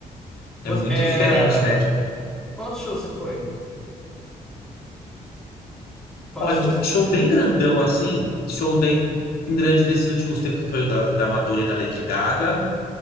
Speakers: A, in the centre; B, on the left.
A: Você,
B: É muito
A: é...
B: diferente, né?
A: Qual outro show você foi? Qual
B: Ó,
A: outro
B: de-
A: show vocês
B: show
A: foi?
B: bem grandão, assim. Show bem grande desses últimos tempos foi o da, da Madonna e da Lady Gaga.